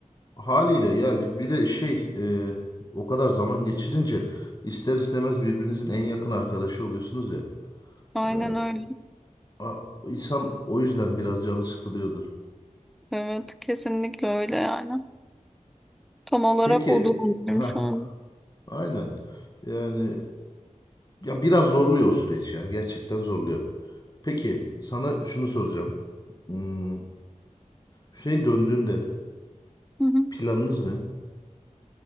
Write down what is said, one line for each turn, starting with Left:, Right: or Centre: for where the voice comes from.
Left: Haliyle ya bir de şey e, o kadar zaman geçirince ister istemez birbirinizin en yakın arkadaşı oluyorsunuz ya.
Centre: Aynen
Left: E,
Centre: öyle.
Left: a- insan o yüzden biraz canı sıkılıyordur.
Centre: Evet, kesinlikle öyle yani. Tam olarak
Left: Peki,
Centre: o durumdayım
Left: ha,
Centre: şu an.
Left: aynen. Yani ya biraz zorluyor o süreç ya. Gerçekten zorluyor. Peki sana şunu soracağım. Hmm, Hüseyin döndüğünde
Centre: Hı hı.
Left: planınız ne?